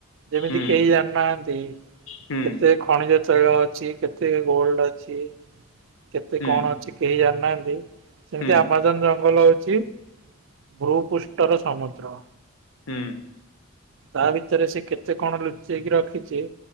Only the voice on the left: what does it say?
ହୁଁ
ହୁଁ
ହୁଁ
ହୁଁ
ହୁଁ।